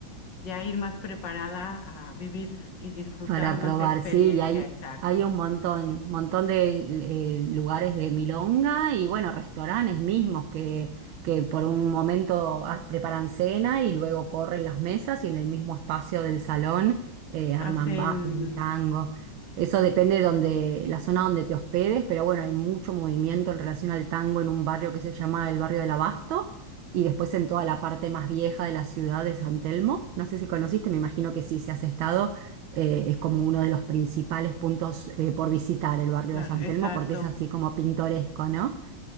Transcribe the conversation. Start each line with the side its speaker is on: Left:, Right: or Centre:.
Left: ya ir más preparada a vivir y disfrutar
Right: Para probar,
Left: más la experiencia,
Right: sí, y hay,
Left: exacto.
Right: hay un montón, montón de eh, lugares de milonga y bueno, restaurantes mismos que, que por un momento ah, preparan cena y luego corren las mesas y en el mismo espacio del salón eh,
Left: Hacen,
Right: arman ba- eh, tango. Eso depende de donde, la zona donde te hospedes, pero bueno, hay mucho movimiento en relación al tango en un barrio que se llama el barrio del Abasto y después en toda la parte más vieja de la ciudad de San Telmo. No sé si conociste, me imagino que sí, si has estado eh, es como uno de los principales puntos eh, por visitar el barrio
Left: claro,
Right: de San Telmo
Left: exacto.
Right: porque es así como pintoresco, ¿no?